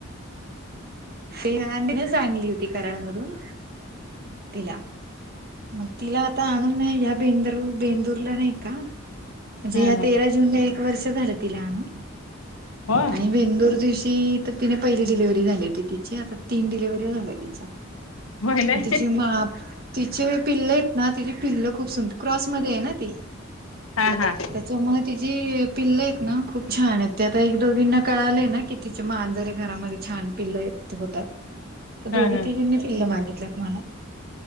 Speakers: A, on the right; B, on the left.
A: स्नेहा आंटी नीच आणली होती कराड मधून तिला. मग तिला आता आणून ह्या बेंदर बेंदूरला नाही का. म्हणजे
B: ह
A: या
B: ह
A: तेरा जुनला एक वर्ष झाल तिला आणून.
B: होय.
A: आणि बेंदूर दिवशी तर तिने पहिली डिलिव्हरी झाली होती तिची आता तीन डिलिव्हरी झाल्या तिच्या.
B: होय नाही
A: तिची माप ती शी व्हय पिल्ल आहेत ना तिची पिल्ल खूप सुंदर क्रॉसमध्ये आहे ना ती.
B: हा हा.
A: त्याच्यामुळे तिची पिल्ल हेत ना खूप छान आहेत ते आता एक दोघींना कळाले ना की तिचे मांजरे घरामध्ये छान पिल्लयत ते होतात
B: ह
A: दोघी
B: ह
A: तिघींनी पिल्ल मागितल्यात मला